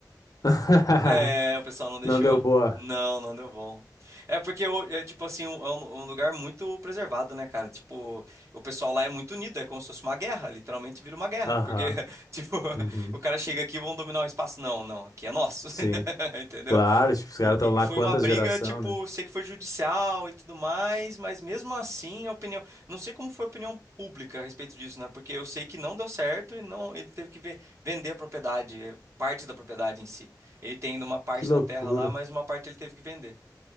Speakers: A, on the left; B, on the right.
A: <laughs>
B: É, o pessoal não deixou.
A: Não deu boa.
B: Não, não deu bom. É porque, o- é, tipo assim, um- é um, um lugar muito preservado, né, cara? Tipo, o pessoal lá é muito unido, é como se fosse uma guerra, literalmente vira uma guerra.
A: Aham,
B: Porque, <laughs> tipo,
A: uhum.
B: o cara chega aqui e vão dominar o espaço. Não, não, aqui é nosso.
A: Sim.
B: <laughs> Entendeu?
A: Claro, tipo, os caras
B: E,
A: estão
B: e
A: lá
B: foi
A: quantas
B: uma briga,
A: geração,
B: tipo,
A: né?
B: sei que foi judicial e tudo mais, mas mesmo assim a opinião. Não sei como foi a opinião pública a respeito disso, né? Porque eu sei que não deu certo e não, ele teve que ve- vender a propriedade, eh, parte da propriedade em si. Ele tem ainda uma parte
A: Que loucura.
B: da terra lá, mas uma parte ele teve que vender.